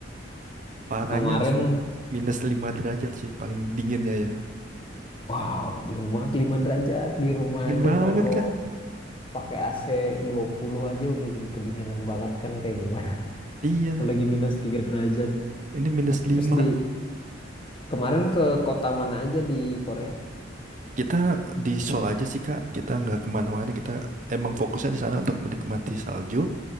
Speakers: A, on the right; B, on the left.
A: Parahnya
B: kemarin.
A: suhu minus 5 derajat sih paling dinginnya ya.
B: Wow, dingin banget 5 derajat di rumah
A: Dingin
B: aja
A: banget
B: kalau
A: kah?
B: pakai AC puluh aja udah di- kedinginan banget kan kayak gimana.
A: Iya,
B: <laughs> Apalagi minus 3 derajat.
A: ini minus 5.
B: Terus di kemarin ke kota mana aja di Korea?
A: Kita di Seoul aja sih Kak, kita nggak kemana-mana. Kita emang fokusnya di sana untuk menikmati salju.